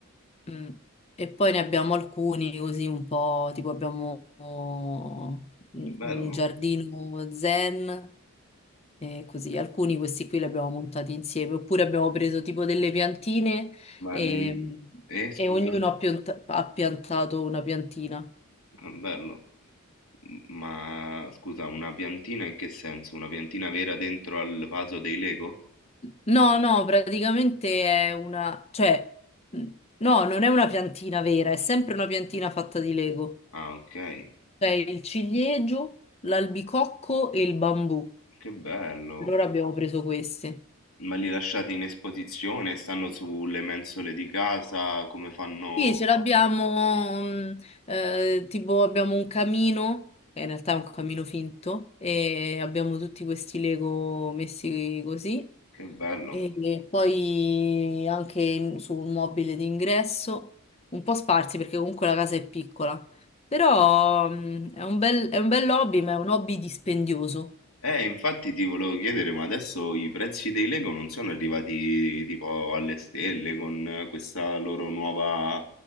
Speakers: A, on the left (about 30°); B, on the left (about 75°).
A: mm, e poi ne abbiamo alcuni così un po', tipo abbiamo oh, un
B: bello.
A: un giardino zen e così. Alcuni questi qui li abbiamo montati insieme oppure abbiamo preso tipo delle piantine
B: Ma
A: e,
B: li-
A: mm,
B: eh,
A: e
B: scusa,
A: ognuno ha pianta- ha piantato una piantina.
B: Ah, bello. M- Ma scusa, una piantina in che senso? Una piantina vera dentro al vaso dei Lego?
A: No, no, praticamente è una, cioè, mh, no, non è una piantina vera, è sempre una piantina fatta di Lego.
B: Ah, ok.
A: C'è il ciliegio, l'albicocco e il bambù.
B: Che bello.
A: Allora abbiamo preso questi.
B: Ma li lasciate in esposizione? Stanno sulle mensole di casa? Come fanno?
A: Sì, ce l'abbiamo, mh, eh, tipo abbiamo un camino, che in realtà è un camino finto, e abbiamo tutti questi Lego messi così,
B: Che bello.
A: e, e poi anche in- su un mobile d'ingresso, un po' sparsi perché comunque la casa è piccola, però mh, è un bel, è un bel hobby, ma è un hobby dispendioso.
B: Eh, infatti ti volevo chiedere, ma adesso i prezzi dei Lego non sono arrivati tipo alle stelle con eh, questa loro nuova